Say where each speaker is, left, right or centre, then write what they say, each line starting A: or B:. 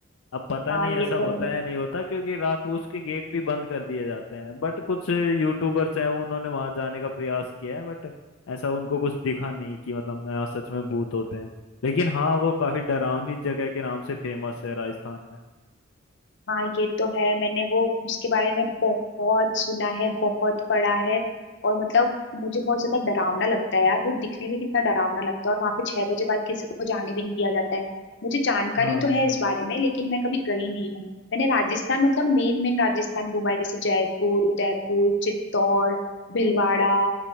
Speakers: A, on the left; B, on the left.
A: अब पता
B: हाँ
A: नहीं
B: ये
A: ऐसा होता
B: तो
A: है नहीं होता क्योंकि रात को उसके गेट भी बंद कर दिए जाते हैं बट कुछ यूट्यूबर्स हैं उन्होंने वहां जाने का प्रयास किया है बट ऐसा उनको कुछ दिखा नहीं कि मतलब यहाँ सच में भूत होते हैं लेकिन हाँ वो काफी डरावनी जगह के नाम से फेमस है राजस्थान में
B: हाँ ये तो है मैंने वो उसके बारे में बहुत सुना है बहुत पढ़ा है और मतलब मुझे बहुत ज्यादा डरावना लगता है यार वो दिखने में कितना डरावना लगता है और वहां पे छह बजे बाद किसी को जाने भी नहीं दिया जाता है मुझे जानकारी
A: हाँ
B: तो है इस बारे में लेकिन मैं कभी गई नहीं हूँ मैंने राजस्थान मतलब मेन मेन राजस्थान घूमा है जैसे जयपुर उदयपुर चित्तौड़ भीलवाड़ा